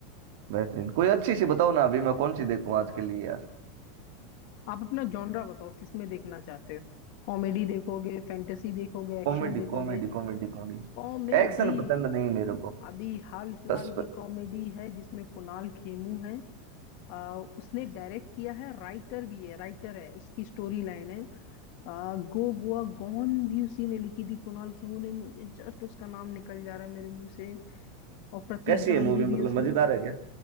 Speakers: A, on the right; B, on the left.
A: बेहतरीन कोई अच्छी सी बताओ ना अभी मैं कौन सी देखूं आज के लिए यार
B: आप अपना जॉनरा बताओ किस में देखना चाहते हो कॉमेडी देखोगे फैंटेसी देखोगे एक्शन
A: Comedy
B: देखोगे
A: comedy comedy comedy
B: कॉमेडी
A: Action पसंद नहीं मेरे को
B: अभी हाल फिलहाल
A: सस
B: की कॉमेडी है जिसमें कुणाल खेमू है आ, उसने डायरेक्ट किया है राइटर भी है राइटर है उसकी स्टोरी लाइन है आ, गो गोवा गॉन भी उसी ने लिखी थी कुणाल खेमू ने मुझे जस्ट उसका नाम निकल जा रहा है मेरे मुंह से और प्रतीक
A: कैसी
B: गांधी
A: है मूवी मतलब
B: भी उसमें
A: मजेदार है क्या